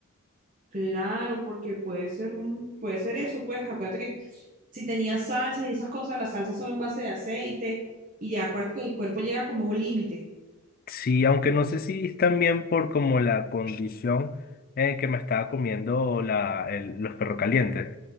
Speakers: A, on the right; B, on the left.
A: Claro, porque puede ser, un- puede ser eso, pues acuérdate que si tenías salsas y esas cosas, las salsas son en base de aceite y ya acuérdate que el cuerpo llega como a un límite.
B: Sí, aunque no sé si es también por como la condición en que me estaba comiendo la, el- los perros calientes,